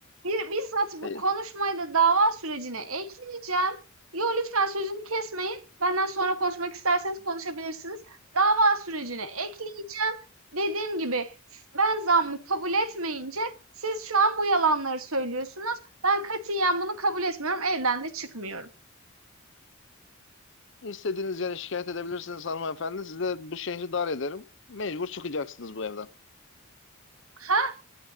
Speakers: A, on the right; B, on the left.
A: bi bizzat
B: E,
A: bu konuşmayı da dava sürecine ekleyeceğim. Yo, lütfen sözümü kesmeyin. Benden sonra konuşmak isterseniz konuşabilirsiniz. Dava sürecine ekleyeceğim. Dediğim gibi ben zammı kabul etmeyince siz şu an bu yalanları söylüyorsunuz. Ben katiyen bunu kabul etmiyorum. Evden de çıkmıyorum.
B: İstediğiniz yere şikayet edebilirsiniz hanımefendi. Size bu şehri dar ederim. Mecbur çıkacaksınız bu evden.
A: Ha,